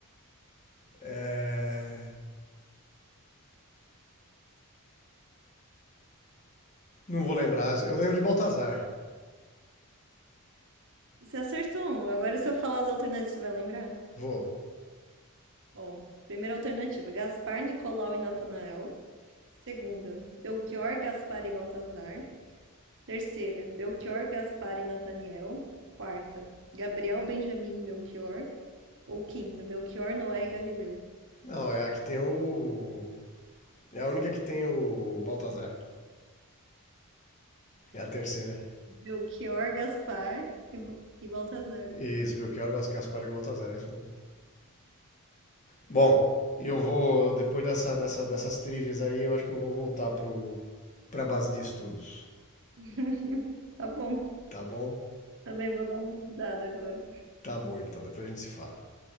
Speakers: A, on the left (about 35°); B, on the right (about 60°).
A: É... Não vou lembrar. Eu lembro de Baltazar.
B: Você acertou um. Agora, se eu falar as alternativas, você vai lembrar?
A: Vou.
B: Bom, primeira alternativa: Gaspar, Nicolau e Natanael. Segunda: Belchior, Gaspar e Baltazar. Terceira: Belchior, Gaspar e Nataniel. Quarta: Gabriel, Benjamin e Melchior. Ou quinta: Melchior, Noé e Galileu.
A: Não, é a que tem o. É a única que tem o Baltazar. É a terceira.
B: Belchior, Gaspar e, Ba- e Baltazar.
A: Isso, Belchior, Gaspar e Baltazar, é isso mesmo. Bom, eu vou, depois dessa, dessa, dessas trivias aí, eu acho que eu vou voltar pro, pra base de estudos.
B: <laughs> Tá bom.
A: Tá bom?
B: Também vou dar uma estudada agora.
A: Tá bom, então. Depois a gente se fala.